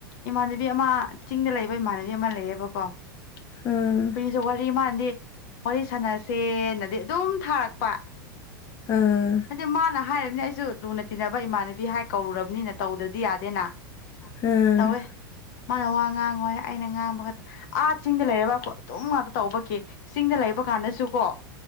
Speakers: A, on the left; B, on the left.
A: ꯏꯃꯥꯟꯅꯕꯤ ꯑꯃ ꯆꯤꯡꯗ ꯂꯩꯕ ꯏꯃꯥꯟꯅꯕꯤ ꯑꯃ ꯂꯩꯌꯦꯕꯀꯣ ꯑꯩꯈꯣꯏꯒꯤꯁꯨ
B: ꯑꯥ
A: ꯋꯥꯔꯤ ꯃꯥꯟ ꯗꯤ ꯋꯥꯔꯤ ꯁꯥꯟꯅꯁꯦꯅꯗꯤ ꯑꯗꯨꯝ ꯊꯥꯔꯛꯄ
B: ꯑꯥ
A: ꯍꯥꯏꯗꯤ ꯃꯥꯅ ꯍꯥꯏꯔꯕꯅ ꯑꯩꯁꯨ ꯂꯨꯅ ꯇꯤꯟꯅꯕ ꯏꯃꯥꯟꯅꯕꯤ ꯍꯥꯏ ꯀꯧꯔꯨꯔꯕꯅꯤꯅ ꯇꯧꯗ꯭ꯔꯗꯤ ꯌꯥꯗꯦꯅ
B: ꯎꯝ
A: ꯇꯧꯋꯦ ꯃꯥꯅ ꯋꯥ ꯉꯥꯡꯉꯣꯏ ꯑꯩꯅ ꯉꯥꯡꯕ ꯈꯛꯇ ꯑꯥꯔꯠ ꯆꯁꯤꯡꯗ ꯂꯩꯔꯔꯕ ꯑꯩꯈꯣꯏ ꯑꯗꯨꯝ ꯉꯥꯛꯇ ꯇꯧꯕꯒꯤ ꯆꯤꯡꯗ ꯂꯩ ꯀꯥꯟꯗꯁꯨ ꯀꯣ